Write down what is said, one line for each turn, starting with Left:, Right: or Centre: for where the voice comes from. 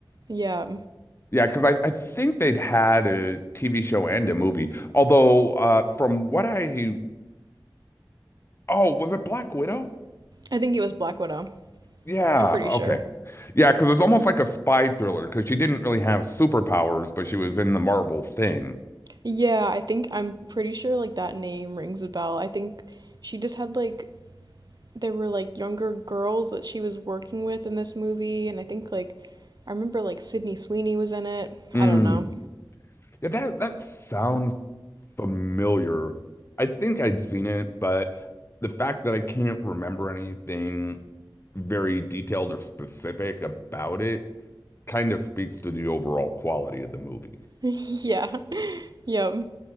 Right: Yeah,
Left: Yeah, because I, I think they'd had a TV show and a movie. Although, uh, from what I Oh, was it Black Widow?
Right: I think it was Black Widow.
Left: Yeah,
Right: I'm pretty
Left: okay.
Right: sure.
Left: Yeah, because it's almost like a spy thriller because she didn't really have superpowers, but she was in the Marvel thing.
Right: Yeah, I think I'm pretty sure like that name rings a bell. I think she just had like there were like younger girls that she was working with in this movie, and I think like I remember like Sydney Sweeney was in it.
Left: Mm.
Right: I don't know.
Left: Yeah, that that sounds familiar. I think I'd seen it, but the fact that I can't remember anything very detailed or specific about it kind of speaks to the overall quality of the movie.
Right: <laughs> yeah. Yep.